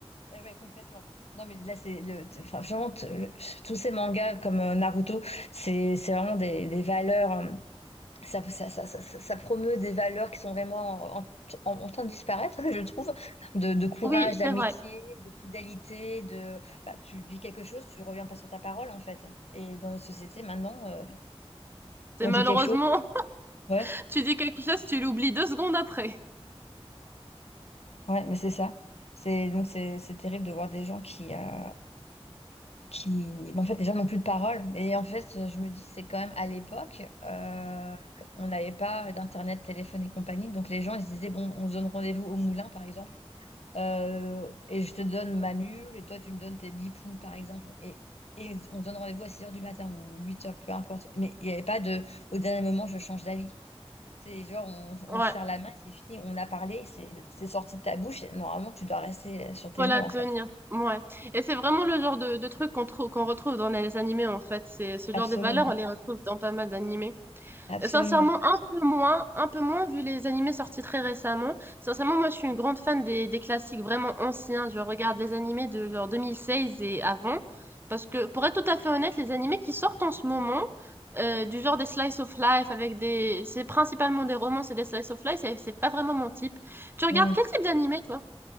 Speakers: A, on the left (about 75°); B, on the right (about 20°).
A: Eh ouais, complètement. Non, mais là, c'est le, enfin, franchement, t- le- tous ces mangas comme euh, Naruto, c'est c'est vraiment des, des valeurs. euh, Ça, ça, ça, ça, ça- ça promeut des valeurs qui sont vraiment en, en, en train de disparaître, <laughs> je trouve, de, de courage,
B: Oui,
A: d'amitié,
B: c'est vrai.
A: de fidélité, de bah, tu dis quelque chose, tu reviens pas sur ta parole, en fait. Et dans notre société, maintenant, euh,
B: C'est
A: on
B: malheureusement,
A: dit quelque chose,
B: <laughs>
A: ouais,
B: tu dis quelque chose, tu l'oublies deux secondes après.
A: ouais, mais c'est ça. C'est donc c'est c'est terrible de voir des gens qui, euh, qui... bon, en fait, déjà, n'ont plus de parole. Mais en fait, je me dis, c'est quand même à l'époque, euh, on n'avait pas d'internet, téléphone et compagnie. Donc, les gens, ils se disaient, bon, on se donne rendez-vous au moulin, par exemple, euh, et je te donne ma mule, et toi, tu me donnes tes 10 poules, par exemple. Et, et on se donne rendez-vous à 6 heures du matin ou 8 heures, peu importe. Mais il n'y avait pas de, au dernier moment, je change d'avis. C'est genre, on,
B: Ouais,
A: on se serre la main, c'est fini, on a parlé, c'est c'est sorti de ta bouche. et Normalement, tu dois rester sur tes
B: voilà,
A: mots, en
B: tenir.
A: fait.
B: Ouais. Et c'est vraiment le genre de, de truc qu'on trou- qu'on retrouve dans les animés, en fait. C'est ce
A: Absolument,
B: genre de valeurs, on les retrouve dans pas mal d'animés.
A: absolument.
B: Sincèrement, un peu moins, un peu moins vu les animés sortis très récemment. Sincèrement, moi, je suis une grande fan des, des classiques vraiment anciens. Je regarde les animés de genre 2016 et avant. Parce que, pour être tout à fait honnête, les animés qui sortent en ce moment, euh, du genre des slice of life avec des, c'est principalement des romances et des slice of life, c'est c'est pas vraiment mon type. Tu regardes
A: Mmh.
B: quel type d'animé, toi?